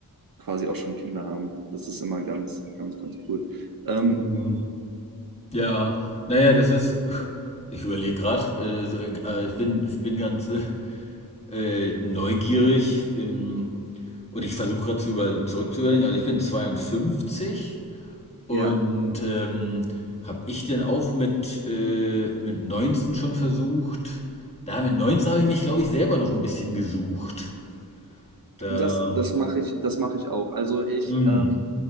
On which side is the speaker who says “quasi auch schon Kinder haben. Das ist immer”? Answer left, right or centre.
Right